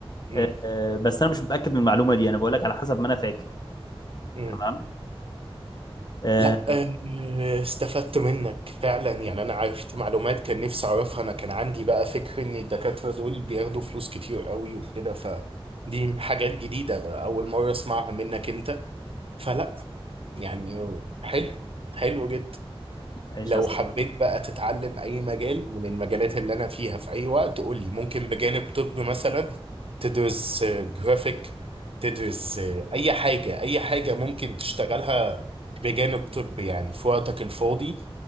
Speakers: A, on the right; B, on the left.
A: مم.
B: آه، آه، بس انا مش متاكد من المعلومه دي انا بقول لك على حسب ما انا فاكر
A: مم.
B: تمام آه،
A: لا آه، استفدت منك فعلا يعني انا عرفت معلومات كان نفسي اعرفها انا كان عندي بقى فكر ان الدكاترة دول بياخدوا فلوس كتير قوي وكده فدي حاجات جديدة بقى، اول مرة اسمعها منك انت فلا يعني حلو حلو جدا
B: ماشي
A: لو
B: يا صديقي
A: حبيت بقى تتعلم اي مجال من المجالات اللي انا فيها في اي وقت قول لي ممكن بجانب طب مثلا تدرس جرافيك تدرس آه، اي حاجة اي حاجة ممكن تشتغلها بجانب طب يعني في وقتك الفاضي